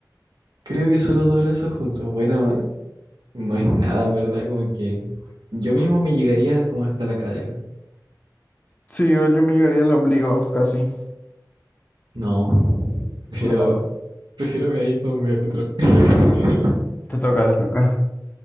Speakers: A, on the right; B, on the left.
A: Creo que solo dos brazos juntos. Bueno, no es nada, en verdad, como que yo mismo me llegaría como hasta la cadera.
B: Sí, igual yo me llegaría al ombligo, casi.
A: No, prefiero,
B: No la hago.
A: prefiero medir dos metros. <laughs>
B: Te toca, te toca.